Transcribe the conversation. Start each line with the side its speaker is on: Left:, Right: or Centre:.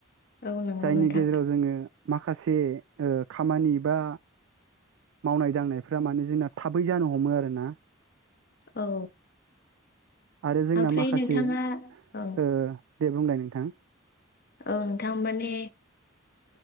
Left: औ नंगौ
Right: जायनि
Left: नोंथां
Right: गेजेराव जोङो माखासे खामानि बा मावनाय दांनायफ्रा माने जोंना थाबै जानो हमो आरोना
Left: औ
Right: आरो जोंना
Left: ओमफ्राय
Right: माखासे
Left: नोंथाङा औ
Right: दे बुंलाय नोंथां
Left: औ नोंथां माने